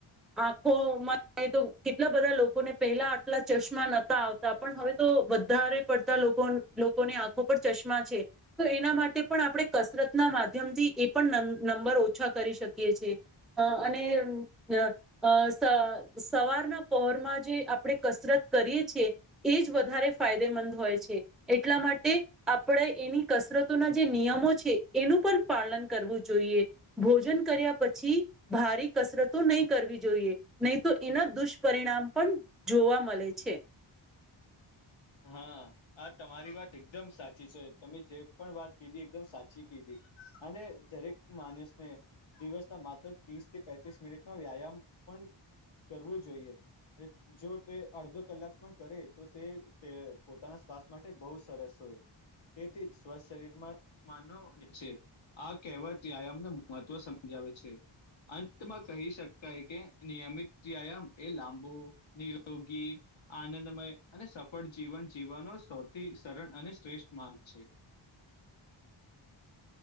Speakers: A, in the centre; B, on the left.
A: આંખોમાં તો કેટલા બધા લોકોને પેહલા આટલા ચશ્મા નતા આવ તા. પણ હવે તો વધારે પડતા લોકો લોકોને આંખો પર ચશ્મા છે. પણ એના માટે પણ આપણે કસરતના માધ્યમથી એ પણ નં નંબર ઓછા કરી શકીએ છીએ. અ અને અ અ સ સવારના પહોરમાં જે આપણે કસરત કરીએ છીએ એ જ વધારે ફાયદેમંદ હોય છે એટલા માટે આપણે એની કસરતોના જે નિયમો છે એનું પણ પાલન કરવું જોઈએ. ભોજન કર્યા પછી ભારી કસરતો નહી કરવી જોઈએ, નહી તો એના દુષ્પરિણામ પણ જોવા મળે છે.
B: હા. હા, તમારી વાત એકદમ સાચી છે. તમે જે પણ વાત કીધી એકદમ સાચી કીધી અને દરેક માનસને દિવસ ના માત્ર ત્રીસથી પેટ્રિસ મિનિટનો વ્યાયામ પણ કરવું જોઈએ. જો તે અડધો કલાક પણ કરે તો તે તે પોતાના સ્વાસ્થ્ય માટે બહુ સરસ હોય. તેથી જ સ્વ શરીરમાં માનવની જે આ કહેવાત વ્યાયામના મહત્વ સમજાવે છે. અંતમાં કહી શકાય કે, નિયમિત વ્યાયામ એ લાંબુ નિરોગી, આનંદમય અને સફ ફળ જીવન જીવવાનો સૌથી સરળ અને શ્રેષ્ઠ માર્ગ છે.